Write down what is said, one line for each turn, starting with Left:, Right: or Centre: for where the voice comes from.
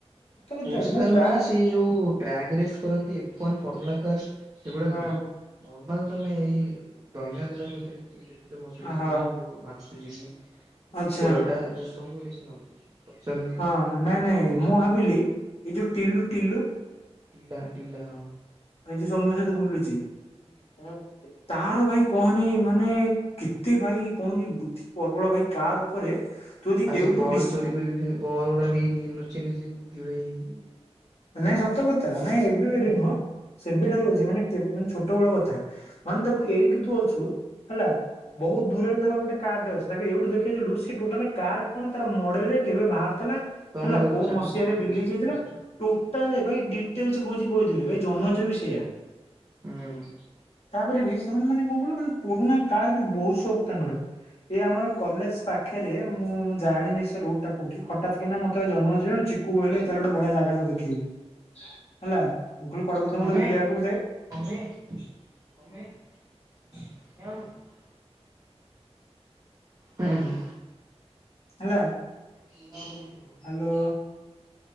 Right: ସ୍ପୋର୍ଟସ
Left: କଥା ମୁଁ
Right: କାର
Left: ପ୍ରାୟ
Right: ମାନେ ସେଇ ଯୋଉ ଡ୍ରାଗ ରେସ୍ କରନ୍ତି, ଏଫନ୍ ଫର୍ମୁଲା କାର ସେଗୁଡ଼ାକ
Left: ହଁ
Right: ନୁହଁ। ନର୍ମାଲ ତମେ ଏଇ ଦୈନନ୍ଦିନକ ଭିତରେ ଯେତିକି ଦେଖୁଛ, ମର୍ସିଟିଜ,
Left: ହଁ
Right: ବି ଏମ୍ ଡବ୍ଲୁ, ମାର୍କସ ସୁଜୁକି,
Left: ଆଚ୍ଛା
Right: ଟୟଟା ଯୋଉ ସବୁ ବିଷୟରେ ନଲେଜ ଅଛି। ପଚାରୁ ନହେଲେ
Left: ହଁ ନାଇଁ ନାଇଁ ମୁଁ ଭାବିଲି, ଏଇ ଯୋଉ ଟିଲୁ ଟିଲୁ
Right: ଟିଲା, ଟିଲା ହଁ।
Left: ଆଇଛି ସୌମ୍ୟ ସହିତ ବୁଲୁଚି, ହୁଁ। ତାହାର ଭାଇ କହନି ମାନେ କେତେ ଭାଇ କହନି ବୁଦ୍ଧି ପର୍ବଳ ଭାଇ କାର ଉପରେ ତୁ ଯଦି
Right: ଆଉ
Left: ଏଉଠୁ
Right: ସିଏ ବଲ୍
Left: ଡିସ୍
Right: ଚୋରି କରିକି ସିଏ ବଲ୍ ଗୁଡା ନେଇଯାଇ ନୁଚି ନୁଚି ବୁଦ୍ଧି ହୋଇଯାଇଛି।
Left: ନାଇଁ ସତ କଥା ନାଇଁ ଏବେ ବୋଲି
Right: ହୁଁ
Left: ନୁହଁ, ସେବେଠାରୁ ଅଛି ମାନେ କେ ମାନେ ଛୋଟ ବେଳ କଥା। ମାନେ ତାକୁ ଏଇଠୁ ତୁ ଅଛୁ ହେଲା। ବହୁତ ଦୂରରେ ଧର ଗୋଟେ କାରଟା ଅଛି ତାକୁ ଏଇଠୁ ଦେଖେଇଦଲୁ ସେ ଟୋଟାଲ କାର୍ କଣ ତାର ମଡେ ରେ କେବେ ଭାରତ କହିଲା
Right: ତମେ
Left: ହେଲା
Right: ମତେ
Left: କୋଉ
Right: ପଚାରୁନ
Left: ମସିହାରେ
Right: ଗାଡି
Left: ଦିଲ୍ଲୀ
Right: ବିଷୟରେ
Left: ଯାଇଥିଲା?
Right: ମୁଁ କହୁଛି
Left: ଟୋଟାଲ ଭାଇ ଡିଟେଲସ ଖୋଜିି କହିଦେବେ ଭାଇ ଜନ୍ମଜ ର ବି ସେଇୟା।
Right: ହୁଁ।
Left: ତାପରେ ବି ସେମାନେ ମାନେ କଣ କହିଲୁ ମାନେ ପୁରୁଣା କାର ର ବହୁତ ସଉକ ତାଙ୍କର। ଏ ଆମର କଲେଜ ପାଖରେ ମୁଁ ଜାଣିନି ସେ ରୁଟ୍ ଟା କୋଉଠି ହଠାତ୍ କିନା ମତେ ଜନ୍ମନଜୟ ଆଉ ଚିକୁ କହିଲେ ଏଇଲେ ଗୋଟେ ବଢିଆ ଜାଗା ତ ଦେଖେଇବୁ, ହେଲା। ମୁଁ କହିଲି କୁଆଡେ ବୋଧ
Right: ମମି
Left: ମତେ ବୁଲିବାକୁ ବୋଧେ
Right: ମମି <unintelligible> <unintelligible> ହୁଁ ହୁଁ।
Left: ହେଲା।
Right: <inaudible>
Left: ହାଲୋ।